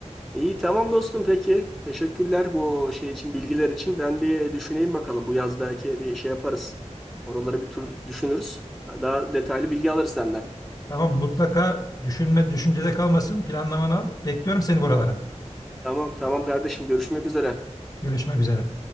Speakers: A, in the centre; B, on the left (about 30°).
A: İyi tamam dostum peki. Teşekkürler bu şey için bilgiler için. Ben bir düşüneyim bakalım. Bu yaz belki bir şey yaparız. Oraları bir tur düşünürüz. Daha detaylı bilgi alırız senden.
B: Tamam mutlaka düşünme düşüncede kalmasın. Planlamanı al. Bekliyorum seni buralara.
A: Tamam. Tamam tamam kardeşim görüşmek üzere.
B: Görüşmek üzere.